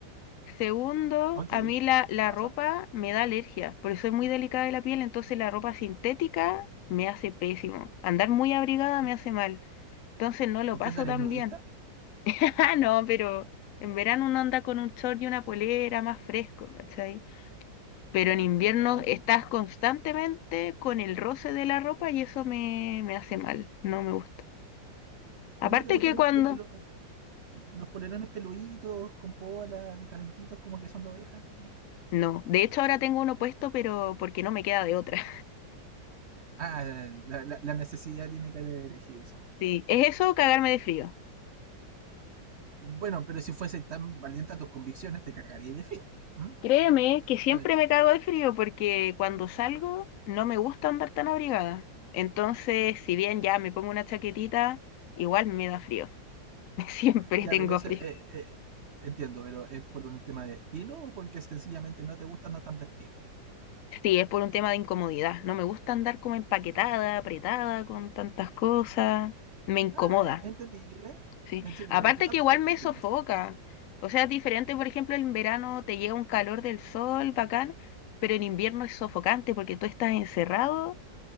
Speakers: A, on the left (about 70°); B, on the right (about 45°).
A: Segundo,
B: ok,
A: a mí la, la
B: pasa.
A: ropa me da alergia, porque soy muy delicada de la piel, entonces la ropa sintética me hace pésimo. Andar muy abrigada
B: ¿Y,
A: me hace mal, entonces no lo
B: y
A: paso
B: qué onda eres
A: tan
B: nudista?
A: bien. <laughs> Ah, no, pero en verano uno anda con un short y una polera más fresco, ¿cachai? Pero
B: O sea,
A: en invierno
B: es es verdad.
A: estás constantemente con el roce de la ropa y eso me, me hace mal, no me gusta.
B: Pero
A: Aparte
B: no te gustan
A: que
B: los,
A: cuando...
B: pe- los, los polerones peluditos, con polar, calentitos, como que son de ovejas, ¿no?
A: No, de hecho ahora tengo uno puesto, pero porque no me queda de otra.
B: Ah, la, la- la necesidad tiene cara de hereje, dice.
A: <laughs> Sí, es eso, o cagarme de frío.
B: Bueno, pero si fuese tan valiente a tus convicciones, te cargarías de frío. ¿m?
A: Créeme que siempre
B: Lame-
A: me cago de frío porque cuando salgo no me gusta andar tan abrigada. Entonces, si bien ya me pongo una chaquetita, igual me da frío. <laughs> Siempre
B: Ya,
A: tengo
B: pero eso
A: frío.
B: eh, eh, entiendo, pero ¿es por un tema de estilo o porque sencillamente no te gusta andar tan vestida?
A: Sí, es por un tema de incomodidad. No me gusta andar como empaquetada, apretada con tantas cosas. Me incomoda,
B: Ah, eh, entendible.
A: sí.
B: En serio,
A: Aparte
B: eh, totalmente
A: que igual
B: entendible.
A: me sofoca. O sea, es diferente, por ejemplo, en verano te llega un calor del sol, bacán, pero en invierno es sofocante porque tú estás encerrado